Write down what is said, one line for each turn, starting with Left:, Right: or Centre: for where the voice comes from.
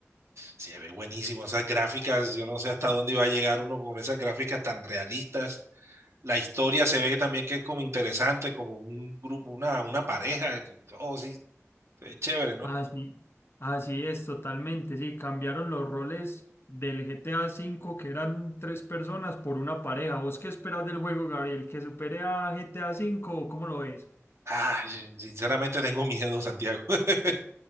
Right: Se ve buenísimo esas gráficas, yo no sé hasta dónde iba a llegar uno con esas gráficas tan realistas. La historia se ve también que es como interesante, como un grupo, una, una pareja, que, oh sí, es chévere, ¿no?
Left: Así, así es, totalmente, sí, cambiaron los roles del GTA 5, que eran tres personas, por una pareja. ¿Vos qué esperas del juego, Gabriel? ¿Que supere a GTA 5 o cómo lo ves?
Right: Ah, sin- sinceramente tengo miedo, Santiago. <laughs>